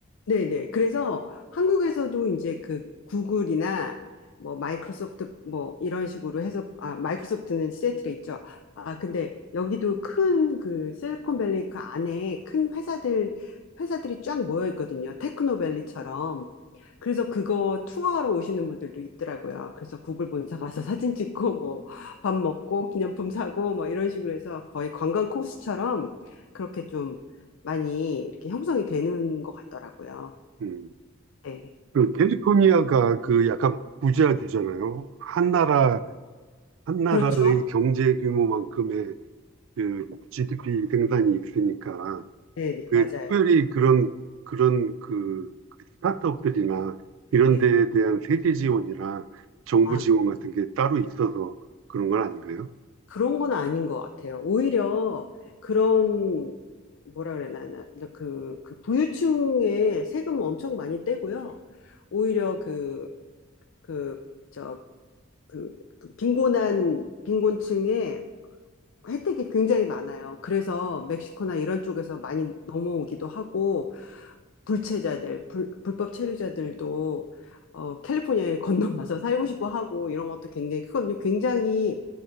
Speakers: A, on the left; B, on the right.
A: 네네. 그래서 한국에서도 이제 그 구글이나 뭐 마이크로소프트 뭐 이런 식으로 해서 아 마이크로소프트는 시애틀에 있죠. 아 근데 여기도 큰 그 실리콘밸리 그 안에 큰 회사들 회사들이 쫙 모여 있거든요. 테크노밸리처럼. 그래서 그거 투어하러 오시는 분들도 있더라고요. 그래서 구글 본사 가서 <laughs> 사진 찍고 뭐 밥 먹고 기념품 사고 뭐 이런 식으로 해서 거의 관광 코스처럼 그렇게 좀 많이 이렇게 형성이 되는 것 같더라고요.
B: 음.
A: 네.
B: 그 캘리포니아가 그 약간 부자주잖아요. 한 나라 한 나라의
A: 그렇죠?
B: 경제 규모만큼의 그 GDP 생산이 있으니까
A: 네, 네,
B: 그
A: 맞아요.
B: 특별히 그런 그런 그 스타트업들이나 이런
A: 네.
B: 데에 대한 세제 지원이나 정부
A: 아,
B: 지원 같은 게 따로 있어서 그런 건 아닌가요?
A: 그런 건 아닌 것 같아요. 오히려 그런, 뭐라 그래야 되나, 그, 그 부유층에 세금 엄청 많이 떼고요. 오히려 그, 그, 저, 그, 그 빈곤한, 빈곤층에 혜택이 굉장히 많아요. 그래서 멕시코나 이런 쪽에서 많이 넘어오기도 하고, 불체자들, 불, 불법 체류자들도 어, 캘리포니아에 <laughs> 건너와서 살고 싶어 하고 이런 것도 굉장히 그건 굉장히